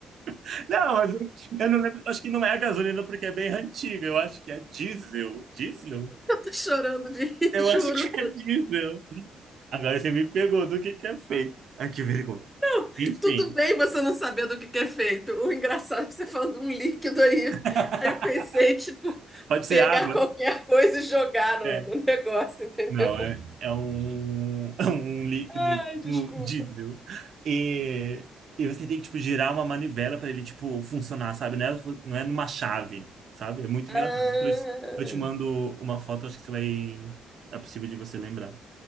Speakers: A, on the right (about 60°); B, in the centre.
A: <laughs> Não, mas eu eu não lembro, acho que não é a gasolina porque é bem antiga, eu acho que é diesel. Diesel?
B: Eu tô chorando de rir,
A: Eu
B: <laughs> juro.
A: acho que é diesel. Agora você me pegou do que que é feito. Ai, que vergonha.
B: Não,
A: Enfim,
B: tudo bem você não saber do que que é feito. O engraçado é que você falando de um líquido aí.
A: <laughs>
B: Aí eu pensei, tipo,
A: pode ser
B: pegar
A: água?
B: qualquer coisa e jogar no,
A: É.
B: no negócio, entendeu?
A: Não, é, é um, <laughs> é um líquido,
B: Ai,
A: tipo,
B: desculpa.
A: diesel. E, e você tem que, tipo, girar uma manivela para ele, tipo, funcionar, sabe? Não é, não é numa chave, sabe? É muito
B: Ah,
A: engraçado. Depois eu te mando uma foto, acho que você vai... É possível de você lembrar.